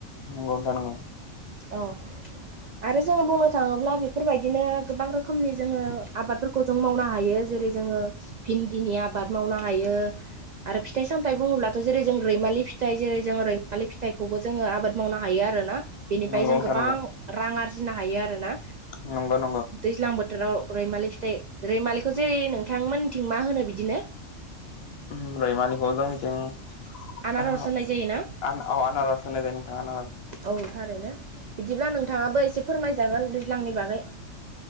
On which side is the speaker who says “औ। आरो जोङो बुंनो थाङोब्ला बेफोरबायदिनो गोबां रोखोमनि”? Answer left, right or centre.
Right